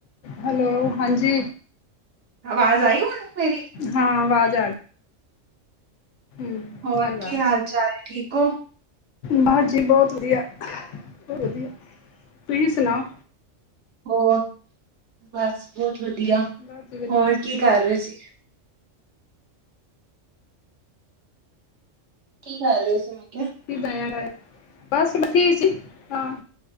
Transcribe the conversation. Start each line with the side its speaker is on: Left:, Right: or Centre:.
Left: hello -ਹਾਂਜੀ।
Right: ਆਵਾਜ਼ ਆਈ ਹੁਣ ਮੇ
Left: ਹਾਂ ਵਾਜ਼ ਆ ਹੂੰ
Right: ਹੋਰ
Left: ਆਵਾਜ਼
Right: ਕੀ ਹਾਲ-ਚਾਲ ਠੀਕ ਓ?
Left: ਬਸ ਜੀ ਬੋਤ ਵਧੀਆ, ਬੋ ਵਧੀਆ। ਤੁਸੀਂ ਸੁਣਾਓ
Right: ਹੋਰ, ਬਸ ਬੋਤ ਵਧੀਆ।
Left: <unintelligible>
Right: ਹੋਰ ਕੀ ਕਰ ਰੇ ਸੀ? ਕੀ ਕਰ ਰਹੇ ਸੀ ਮੈਂ ਕਿਆ?
Left: <unintelligible> ਬਸ ਉਠੀ ਸੀ ਹਾਂ,